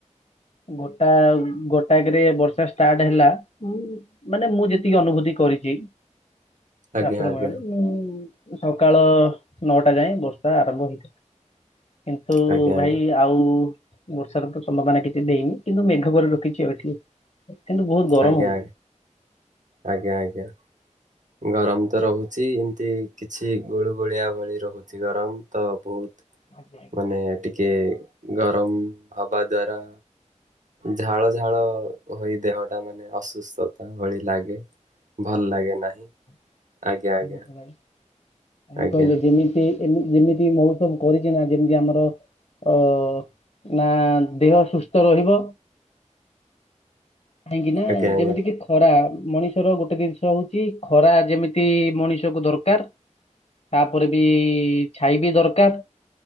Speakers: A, on the left; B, on the right.
A: ଗୋଟା ଗୋଟାକରେ ବର୍ଷା ଷ୍ଟାର୍ଟ ହେଲା। ହଁ ମାନେ ମୁଁ ଯେତିକି ଅନୁଭୂତି କରିଛି
B: ଆଜ୍ଞା
A: ରାତ୍ର
B: ଆଜ୍ଞା
A: କାଳରେ ମୁଁ ସକାଳ ନଅଟା ଯାଏ ବର୍ଷା ଆରମ୍ଭ ହେଇଥିଲା। କିନ୍ତୁ
B: ଆଜ୍ଞା
A: ଭାଇ ଆଉ ବର୍ଷାର ତ ସମ୍ଭାବନା କିଛି ଦେଇନି। କିନ୍ତୁ ମେଘ ପରେ ରଖିଛି ଏବେ ଠିକିଛି କିନ୍ତୁ ବହୁତ ଗରମ
B: ଆଜ୍ଞା ଆଜ୍ଞା ଆଜ୍ଞା
A: ହଉଚି।
B: ଆଜ୍ଞା ଆଜ୍ଞା। ଗରମ ତ ରହୁଛି ଏମିତି କିଛି ଗୁଳୁ ଗୁଳିଆ ଭଳି ରହୁଛି ଗରମ ତ ବହୁତ
A: ଆଜ୍ଞା ଆଜ୍ଞା
B: ମାନେ ଟିକେ ଗରମ ହବା ଦ୍ଵାରା ଝାଳ ଝାଳ ହୋଇ ଦେହଟା ମାନେ ଅସୁସ୍ଥତା ଭଳି ଲାଗେ। ଭଲ ଲାଗେ ନାହିଁ।
A: <inaudible>
B: ଆଜ୍ଞା ଆଜ୍ଞା
A: କଣ
B: ଆଜ୍ଞା
A: କହିଲେ ଯେମିତି ଏ ଯେମିତି ମହୋତ୍ସବ କରିଛି ନା ଯେମିତି ଆମର ଅ ନା ଦେହ ସୁସ୍ଥ ରହିବ। କାହିଁକି ନା
B: ଆଜ୍ଞା
A: ଯେମିତି କି ଖରା ମଣିଷର ଗୋଟେ ଜିନିଷ ହଉଛି ଖରା ଯେମିତି ମଣିଷ କୁ ଦରକାର। ତାପରେ ବି ଛାଇ ବି ଦରକାର।